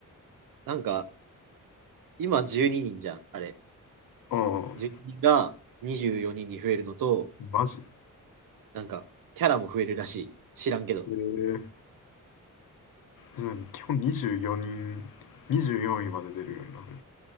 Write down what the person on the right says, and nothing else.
なんか、今12人じゃん、あれ。
12人が24人にんに増えるのと、
なんか、キャラも増えるらしい。知らんけど。